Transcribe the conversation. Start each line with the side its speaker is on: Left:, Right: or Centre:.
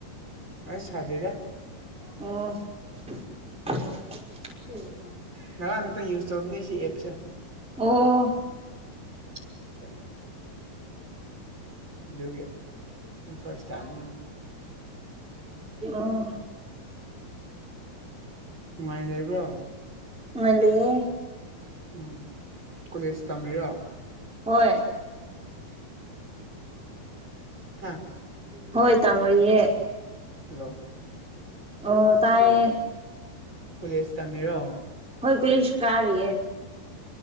Right: ꯑꯩ ꯁꯥꯗꯦꯗ
Centre: ꯑꯣ
Right: ꯉꯔꯥꯡꯇ ꯌꯨꯁ ꯇꯧꯕꯅꯦ ꯁꯤ ꯑꯦꯞꯁꯦ
Centre: ꯑꯣ
Right: <inaudible> ꯑꯗꯨꯒꯤ ꯐꯥꯁ ꯇꯥꯏꯝ
Centre: ꯑꯥ
Right: ꯅꯨꯡꯉꯥꯏꯅ ꯂꯩꯕ꯭ꯔꯣ
Centre: ꯅꯨꯡꯉꯥꯏꯅ ꯂꯩꯌꯦ
Right: ꯎꯝ ꯀꯣꯂꯦꯖ ꯇꯝꯃꯤꯔꯣ
Centre: ꯍꯣꯏ
Right: ꯍꯥ
Centre: ꯍꯣꯏ ꯇꯝꯃꯤꯌꯦ
Right: ꯍꯦꯜꯂꯣ
Centre: ꯑꯣ ꯇꯥꯏꯌꯦ
Right: ꯀꯣꯂꯦꯖ ꯇꯝꯃꯤꯔꯣ
Centre: ꯍꯣꯏ ꯀꯣꯂꯦꯁ ꯀꯥꯔꯤꯌꯦ